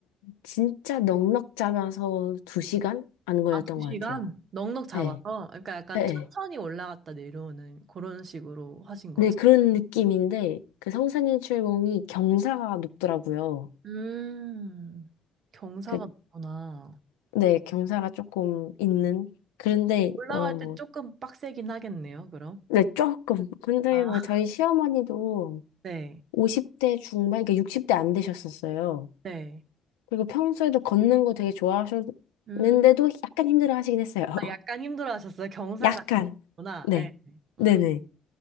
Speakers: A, on the left (about 80°); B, on the right (about 55°).
A: 진짜 넉넉 잡아서 두 시간? 안 걸렸던
B: 아, 두
A: 것
B: 시간?
A: 같아요.
B: 넉넉 잡아서?
A: 네,
B: 그러니까 약간
A: 네,
B: 천천히
A: 네.
B: 올라갔다 내려오는 그런 식으로 하신 거죠?
A: 네, 그런 느낌인데, 그 성산일출봉이 경사가 높더라고요.
B: 음, 경사가
A: 그,
B: 높구나.
A: 네, 경사가 조금 있는. 그런데,
B: 올라갈
A: 어, 뭐,
B: 때 조금 빡세긴 하겠네요, 그럼.
A: 네, 조금. 근데
B: 아,
A: 뭐 저희 시어머니도
B: 네,
A: 50대 중반, 그러니까 60대 안 되셨었어요.
B: 네.
A: 그리고 평소에도 걷는 거 되게 좋아하셨는데도
B: 음,
A: 약간 힘들어 하시긴 했어요. <laughs>
B: 아, 약간 힘들어 하셨어요. 경사가
A: 약간.
B: 있구나.
A: 네.
B: 네
A: 네네.
B: 음,